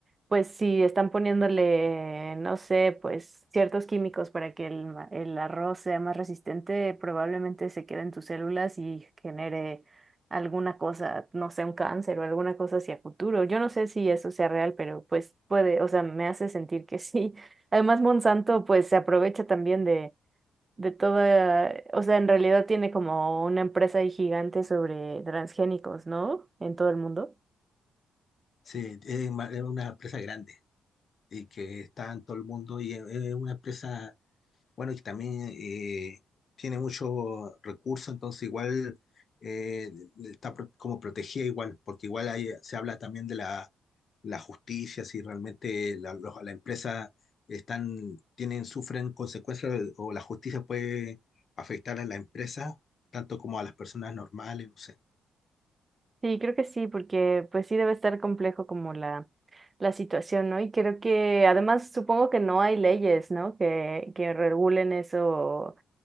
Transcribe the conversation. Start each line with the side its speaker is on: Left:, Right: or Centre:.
Right: pues si están poniéndole, no sé, pues ciertos químicos para que el, ma- el arroz sea más resistente, probablemente se quede en tus células y genere alguna cosa, no sé, un cáncer o alguna cosa hacia futuro. Yo no sé si eso sea real, pero pues puede, o sea, me hace sentir que sí. <laughs> Además, Monsanto pues se aprovecha también de, de toda, o sea, en realidad tiene como una empresa ahí gigante sobre transgénicos, ¿no? En todo el mundo.
Left: Sí, es ma- es una empresa grande. y que está en todo el mundo y es, es una empresa, bueno, y también eh, tiene muchos recursos, entonces igual eh, está pro- como protegida igual, porque igual ahí se habla también de la, la justicia, si realmente la, los- la empresa están, tienen, sufren consecuencias o la justicia puede afectar a la empresa, tanto como a las personas normales, no sé.
Right: Sí, creo que sí, porque pues sí debe estar complejo como la, la situación, ¿no? Y creo que además supongo que no hay leyes, ¿no? Que, que regulen eso.